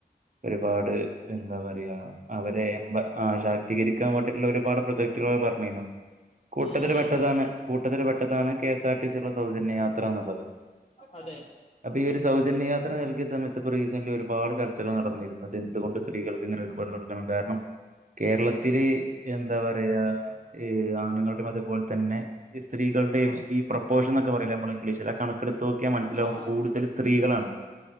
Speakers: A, on the right (about 50°); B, on the left (about 40°).
A: ഒരുപാട് എന്താ പറയാ അവരെ എ ശാക്തീകരിക്കാൻ വേണ്ടിയിട്ടുള്ള ഒരുപാട് പ്രൊജക്തികൾ പറഞ്ഞുന്നു കൂട്ടത്തിൽ
B: ഉം ഉം
A: പെട്ടതാണ് കൂട്ടത്തിൽ പെട്ടതാണ് കെ എസ് ആർ ടി സിള്ള സൗജന്യ യാത്ര എന്നുള്ളത്
B: അതെ
A: അപ്പൊ ഈ ഒരു സൗജന്യ യാത്ര നൽകിയ സമയത്ത് റീസന്റ്റിലി ഒരുപാട് ചർച്ചകൾ നടന്നിരുന്നത് എന്തുകൊണ്ട് സ്ത്രീകൾക്ക് ഇങ്ങനെ ഒരുപാട് കൊടുക്കണം കാരണം കേരളത്തില് എന്താ പറയാ് ആണ്‌ങ്ങളുടെ മത അതുപോലെ തന്നെ ഈ സ്ത്രീകളുടെയും ഈ പ്രൊപ്പോഷൻ ഒെ പറയൽ നമ്മളെ ഇംഗ്ലീഷില കണക്കെടുത്ത് നോക്കിയാൽ മനസ്സിലാവും
B: ആഹ്
A: കൂടുതൽ സ്ത്രീകളാണ്